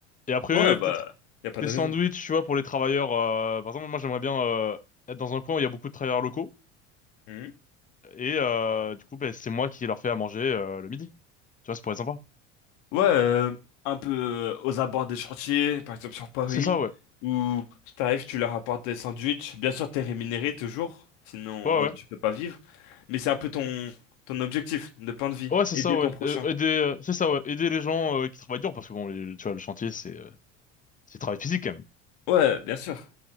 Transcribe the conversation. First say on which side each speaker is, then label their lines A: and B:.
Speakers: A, on the left; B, on the left.
A: Et après,
B: Ouais, bah,
A: peut-être
B: y a pas
A: des
B: de
A: sandwichs,
B: raison.
A: tu vois, pour les travailleurs. euh, par exemple, moi, j'aimerais bien euh, être dans un coin où il y a beaucoup de travailleurs locaux.
B: Mhm.
A: Et euh, du coup, ben, c'est moi qui leur fais à manger euh, le midi. Tu vois, ça pourrait être sympa.
B: Ouais, euh, un peu euh, aux abords des chantiers, par exemple sur Paris,
A: C'est ça, ouais.
B: où t'arrives, tu leur apportes des sandwichs. Bien sûr, t'es rémunéré toujours, sinon
A: Ouais,
B: euh, tu
A: ouais.
B: peux pas vivre. Mais c'est un peu ton, ton objectif de pain de vie,
A: Ouais, c'est
B: aider
A: ça,
B: ton
A: ouais.
B: prochain.
A: Euh, aider, euh, c'est ça, ouais. Aider les gens euh, qui travaillent dur, parce que bon, les- tu vois, le chantier, c'est... euh, C'est du travail physique quand même.
B: Ouais, bien sûr.